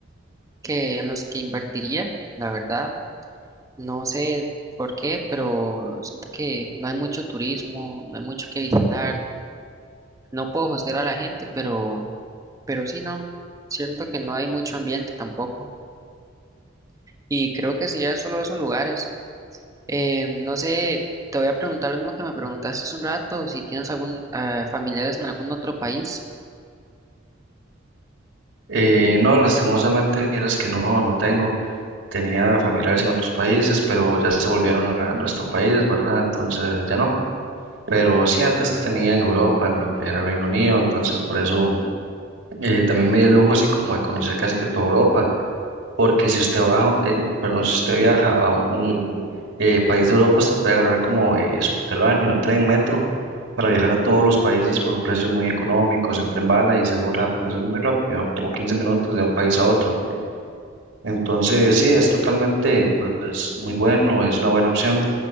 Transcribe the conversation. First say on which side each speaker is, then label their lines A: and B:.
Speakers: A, on the right; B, on the right.
A: que en los que invertiría, la verdad. No sé por qué, pero siento que no hay mucho turismo, no hay mucho que visitar. No puedo juzgar a la gente, pero, pero sí, no. Siento que no hay mucho ambiente tampoco. Y creo que sería solo esos lugares. Eh, no sé, te voy a preguntar lo mismo que me preguntaste hace un rato, si tienes algún eh, familiares en algún otro país.
B: Eh, no, lastimosamente, vieras que no, no tengo. Tenía familiares en otros países, pero ya se volvieron a nuestro país, ¿verdad? Entonces ya no. pero sí antes tenía en Europa, en lo que era Reino Unido, entonces por eso eh, también me di el lujo así como de conocer casi que toda Europa, porque si usted baja, eh, perdón, si usted viaja a un eh, país de Europa, usted puede agarrar como eh, subterráneo, tren, metro, para viajar a todos los países por precios muy económicos, en tren bala y se dura, pues es muy rápido, como 15 minutos de un país a otro. Entonces, sí, es totalmente, pues, muy bueno, es una buena opción